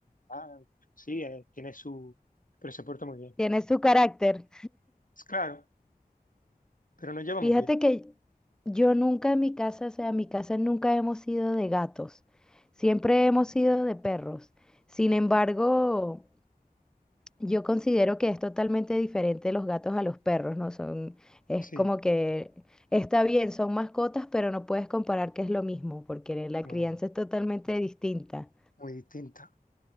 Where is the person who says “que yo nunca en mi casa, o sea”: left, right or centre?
Centre